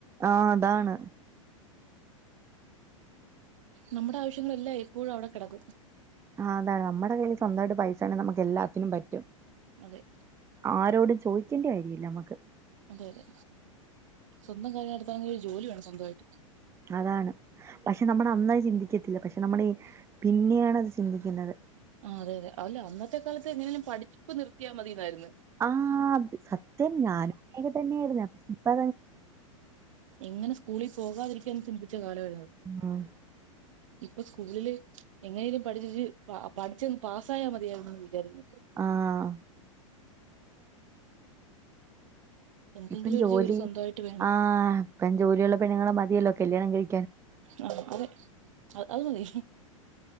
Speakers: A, on the right; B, on the right.
A: ആഹ് അതാണ്
B: നമ്മടെ ആവശ്യങ്ങളല്ലാം എപ്പോഴും അവിടെ കെ ടക്കും
A: ആഹ അതാ നമ്മടെ കയ്യിൽ സ്വന്താ യിട്ട് പൈസണ്ടെങ്കി നമുക്ക് എല്ലാ ത്തിനും പറ്റും
B: അതെ
A: ആ രോട് ചോയ്ക്കണ്ടി വരീല്ല നമ്മക്
B: അതെ അതെ സ്വന്തം കാര്യം നടത്തനെങ്കി ജോലി വേണം സ്വന്തമായിട്ട്
A: അതാണ് പക്ഷെ നമ്മൾ അന്നത് ചിന്തിക്കത്തില്ല പക്ഷെ നമ്മള് പിന്നെയാണ് അത് ചിന്തിക്കുന്നത്
B: ആ അതെയതെ അല്ല അന്നത്തെ കാലത്ത് എങ്ങനെങ്കിലും പഠിപ്പ് നിർത്തിയാ മതിന്നായിരുന്ന്
A: ആ ത് സത്യം ഞാനും ഇങ്ങനെ തന്നെയായിരുന്ന് ഇപ്പോ
B: എങ്ങനെ സ്കൂളിപോകാതി <unintelligible>
A: ഉം
B: <unintelligible> ഇപ്പൊ സ്കൂളില് എങ്ങനെങ്കിലും പഠിച്ചേച് പഠിച്ചന്നു പാസ്സായാ മതിയായിരുന്നു വിചാരിക്കുന്നു ഇപ്പൊ
A: ആഹ
B: എന്തെങ്കിലും
A: ഇപ്പം
B: ഒരു
A: ജോലി
B: സ്വന്തമായിട്ട് വേണം
A: ആ ഇപ്പം ജോലിയുള്ള പെണ്ണുങ്ങളെ മതിയല്ലോ കല്യാണം കഴി
B: അ അതെ അതുമതി